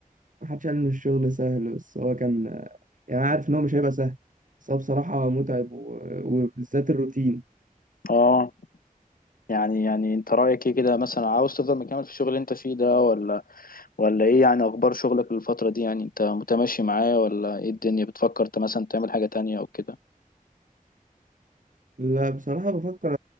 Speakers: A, on the right (about 60°); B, on the left (about 75°).
A: محدش قال ان الشغل سهل بس هو كان يعني أنا عارف ان هو مش هيبقى سهل بس هو بصراحة متعب و... وبالذات الروتين
B: اه يعني يعني انت رأيك ايه كده مثلا عاوز تفضل مكمل في الشغل اللي انت فيه ده ولا ولا ايه يعني اخبار شغلك الفترة دي يعني انت متماشي معاه ولا ايه الدنيا بتفكر انت مثلا تعمل حاجة تانية او كده؟
A: لا بصراحة بفكر